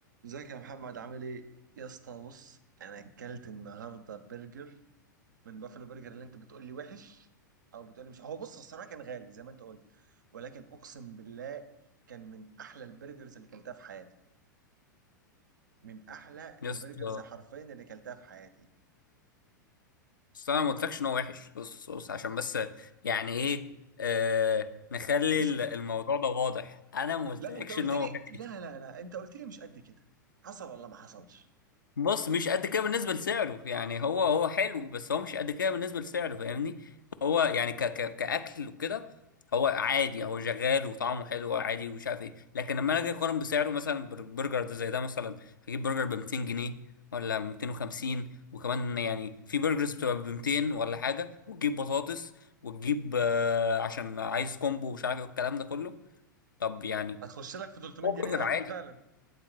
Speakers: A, on the right; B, on the left.
A: ازيك يا محمد عامل ايه؟ يا اسطى بص انا اكلت النهارده برجر من بافلو برجر اللي انت بتقول لي وحش او بتقول لي مش هو بص الصراحه كان غالي زي ما انت قلت ولكن اقسم بالله كان من احلى البرجرز اللي كلتها في حياتي من احلى
B: يا
A: البرجرز
B: اسطى
A: حرفيا اللي كلتها في حياتي
B: بس انا ما قلتلكش ان هو وحش بص بص عشان بس يعني ايه آه نخلي
A: بص
B: ال- الموضوع ده واضح انا ما قلتلكش
A: لا انت قلت
B: ان هو
A: لي
B: وحش
A: لا لا لا انت قلت لي مش قد كده حصل ولا ما حصلش؟
B: بص مش قد كده بالنسبة لسعره يعني هو هو حلو بس هو مش قد كده بالنسبة لسعره فاهمني هو يعني ك ك كأكل وكده هو عادي هو شغال وطعمه حلو عادي ومش عارف ايه لكن لما أنا اجي اقارن بسعره مثلا بر- برجر ده زي ده مثلا هجيب برجر ب 200 جنيه ولا 250 وكمان يعني في برجرز بتبقى ب 200 ولا حاجة وتجيب بطاطس وتجيب آه، عشان عايز كومبو ومش عارف ايه والكلام ده كله طب يعني
A: هتخش لك في 300
B: هو
A: جنيه
B: برجر
A: ايوه
B: عادي
A: فعلا